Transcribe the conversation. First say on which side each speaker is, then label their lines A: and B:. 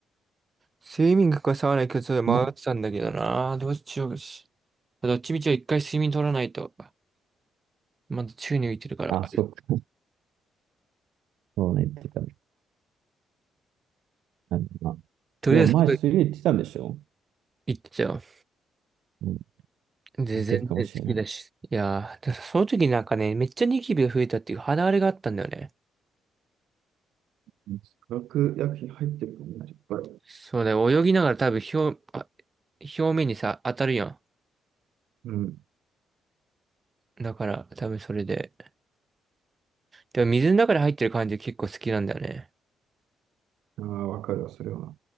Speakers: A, on the right; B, on the right.
A: スイミングかサウナ行くかちょっと迷ってたんだけどな。
B: ま、
A: どうしようし。どっちみちは一回睡眠取らないと。まだ宙に浮いてるから。
B: あ、そっか。そうね、言ってたね。あのまあ、
A: とりあえず外
B: でも前水泳言ってたんでしょ
A: 行っちゃう。
B: うん。
A: で、
B: 持っていくかもしれない
A: 全然好きだし。いやー、ただその時なんかね、めっちゃニキビが増えたっていう肌荒れがあったんだよね。
B: な。化学薬品入ってるかもね、いっぱい。
A: そうだよ、泳ぎながら多分表、あ、表面にさ、当たるやん。
B: うん。
A: だから、多分それで。でも水の中に入ってる感じ結構好きなんだよね。
B: ああ、わかるわ、それは。